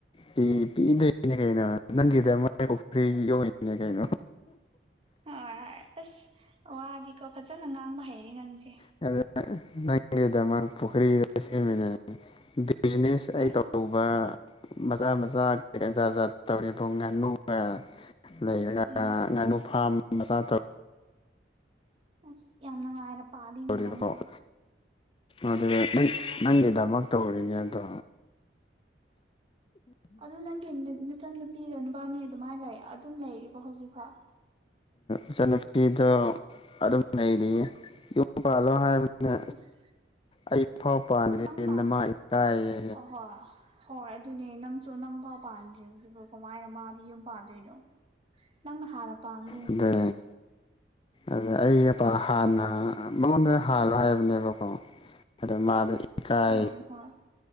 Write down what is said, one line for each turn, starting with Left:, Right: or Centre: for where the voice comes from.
Left: ꯄꯤ ꯄꯤꯗꯣꯏꯅꯦ ꯀꯩꯅꯣ ꯅꯪꯒꯤꯗ ꯃ ꯄꯨꯈ꯭ꯔꯤ ꯌꯧꯏꯅꯦ ꯀꯩꯅꯣ
Right: ꯍꯣꯏ ꯍꯣꯏ ꯑꯁ ꯋꯥꯗꯤꯀꯣ ꯐꯖꯅ ꯉꯥꯡꯕ ꯍꯩꯔꯦ ꯅꯪꯁꯦ
Left: ꯑꯗꯨꯗ ꯅꯪꯒꯤꯗꯃꯛ ꯄꯨꯈ꯭ꯔꯤꯗ ꯁꯦꯝꯃꯤꯟꯅ ꯕꯤꯖꯤꯅꯦꯁ
Right: ꯍꯣꯏ
Left: ꯑꯩ ꯇꯧꯕ ꯃꯆꯥ ꯃꯆꯥ ꯖꯥꯠ ꯖꯥꯠ ꯇꯧꯔꯦꯕ ꯉꯥꯅꯨ <unintelligible> ꯂꯩꯔ
Right: ꯎꯝ
Left: ꯉꯥꯅꯨ ꯐꯥꯝ ꯃꯆꯥ ꯇꯧ
Right: ꯑꯁ ꯌꯥꯝ ꯅꯨꯡꯉꯥꯏꯅ ꯄꯥꯂꯤ
Left: ꯇꯧꯔꯤꯕꯀꯣ
Right: ꯃꯤꯅꯪꯁꯦ
Left: ꯑꯗꯨꯗ ꯅꯪꯒꯤꯗꯃꯛ ꯇꯧꯔꯤꯅꯦ ꯑꯗꯣ
Right: ꯑꯗꯨ ꯅꯪꯒꯤ ꯅꯆ ꯅꯨꯄꯤꯒ ꯅꯨꯄꯥꯅꯤ ꯑꯗꯨꯃꯥꯏꯅ ꯂꯩ ꯑꯗꯨꯝ ꯂꯩꯔꯤꯕꯣ ꯍꯧꯖꯤꯛꯐꯥꯎ
Left: ꯏꯆꯟꯅꯨꯄꯤꯗꯣ ꯑꯗꯨꯝ ꯂꯩꯔꯤꯌꯦ ꯌꯨꯝ ꯄꯥꯜꯂꯣ ꯍꯥꯏꯕꯅ
Right: ꯑꯁ
Left: ꯑꯩ ꯐꯥꯎ ꯄꯥꯈꯦ
Right: ꯅꯪ ꯄꯥꯟ
Left: ꯅꯃꯥ ꯏꯀꯥꯏꯌꯦ
Right: ꯑꯍꯣꯏ ꯍꯣꯏ ꯑꯗꯨꯅꯦ ꯅꯪꯁꯨ ꯅꯪ ꯄꯥꯎ ꯄꯥꯟꯗ꯭ꯔꯤꯕꯗꯨ ꯀꯃꯥꯏꯅ ꯃꯥꯗꯤ ꯌꯨꯝ ꯄꯥꯟꯗꯣꯏꯅꯣ ꯅꯪꯅ ꯍꯥꯟꯅ ꯄꯥꯝꯗꯣꯏꯅꯦ
Left: ꯑꯗꯨꯅꯦ ꯑꯗ ꯑꯩ ꯑ ꯍꯥꯟꯅ ꯃꯉꯣꯟꯗ ꯍꯥꯜꯂꯣ ꯍꯥꯏꯕꯅꯦꯕꯀꯣ ꯑꯗꯣ ꯃꯥꯗ ꯀꯥꯏ
Right: ꯎꯝ ꯍꯣꯏ